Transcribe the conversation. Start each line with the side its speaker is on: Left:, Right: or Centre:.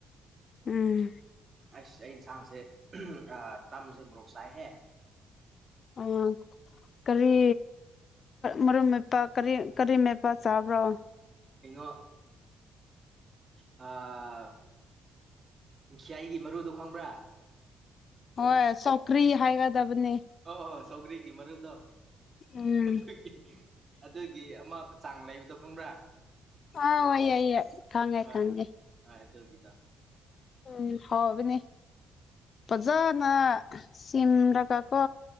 Left: ꯎꯝ
Right: ꯑꯁ ꯑꯩ ꯌꯦꯟꯁꯥꯡꯁꯦ ꯑ ꯇꯝꯁꯦ ꯃꯣꯔꯣꯛ ꯆꯥꯏꯍꯦ
Left: ꯑ ꯀꯔꯤ ꯃꯔꯨꯞ ꯃꯄꯥꯛ ꯀꯔꯤ ꯀꯔꯤ ꯃꯦꯠꯄꯥ ꯆꯥꯕ꯭ꯔꯣ
Right: ꯑꯩꯅꯣ ꯑ ꯈꯌꯥꯏꯒꯤ ꯃꯔꯨꯗꯣ ꯈꯪꯕ꯭ꯔꯥ
Left: ꯍꯣꯏ ꯆꯧꯀ꯭ꯔꯤ ꯍꯥꯏꯒꯗꯕꯅꯤ
Right: ꯑꯣ ꯑꯣ ꯁꯧꯒ꯭ꯔꯤꯒꯤ ꯃꯔꯨꯗꯣ
Left: ꯎꯝ
Right: ꯑꯗꯨ ꯑꯗꯨꯒꯤ ꯑꯃ ꯆꯥꯡ ꯂꯩꯕꯗꯣ ꯈꯪꯕ꯭ꯔꯥ
Left: ꯑꯥꯎ ꯑꯩꯏꯦ ꯈꯥꯉꯦ
Right: ꯍꯣꯏ
Left: ꯈꯥꯉꯦ
Right: ꯍꯣꯏ ꯑꯗꯨꯒꯤꯗꯣ
Left: ꯎꯝ ꯍꯥꯎꯕꯅꯦ ꯃꯖꯥꯅ ꯁꯤꯝꯔꯒꯀ